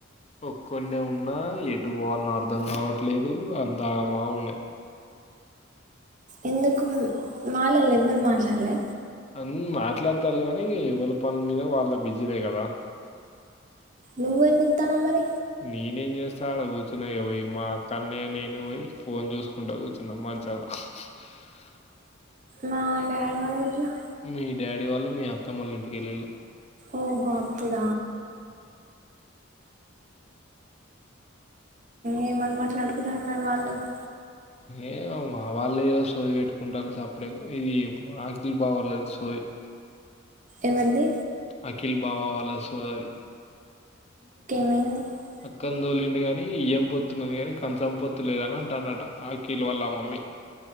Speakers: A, on the left; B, on the right.
A: ఒక్కన్నే ఉన్నా ఎటు పోవాల్నో అర్ధం కావట్లేదు అంతా మా ఉన్నాయి
B: ఎందుకు మాలోల్లు ఎవ్వరు మాట్లాడల
A: ఉం మాట్లాడతారు లే కానీ ఎవరి పనుల మీద వాళ్ళ బిజీలే కదా
B: నువ్వేం చెత్తనవ్ మరి
A: నేనేం చేస్తా అడ కూర్చున్నా ఇగ పోయి మా కన్నయ నేను పోయి ఫోన్ చూసుకుంటా కూర్చున్నం హ చాల <unintelligible>
B: మా లే్యా వాళ ఇట్లా <inaudible>
A: మీ డాడీ వాళ్ళు మీ అత్తమ్మళ్లు ఇంటికెళ్ళళ్ళు
B: ఓహో అక్కడ ఏమని మాట్లాడుగుతు మరి వాళ్ళు <inaudible>
A: ఏో మా వాళ్ళు ఏదో సోది పెట్టుకుంటారు సప్పలే ఇది ఆకిలి బాగర్లేదు సోవి <unintelligible>
B: ఎవరది
A: అఖిల్ భావా వాల సోదది
B: ఉం
A: అక్కనీ తోలిండు గాని వియ్యం పొత్తున్నది గాని కంచం పొత్తు లేదని అంటన్నడట అఖిల్ వాల్ల మమ్మీ